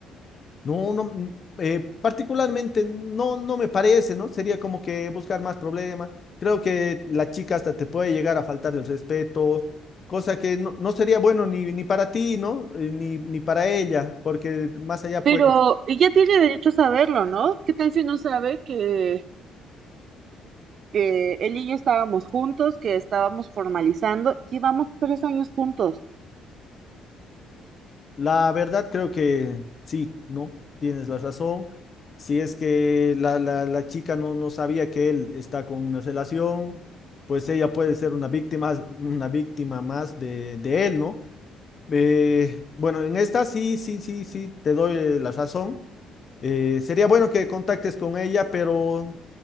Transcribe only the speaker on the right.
Pero ella tiene derecho a saberlo, ¿no? ¿Qué tal si no sabe que, que él y yo estábamos juntos, que estábamos formalizando? Llevamos tres años juntos.